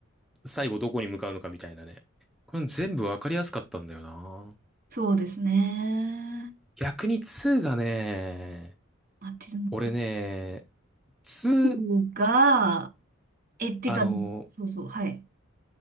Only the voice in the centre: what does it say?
最後どこに向かうのかみたいなね。これ全部わかりやすかったんだよな。
逆に2がね、
俺ね、2、
あのー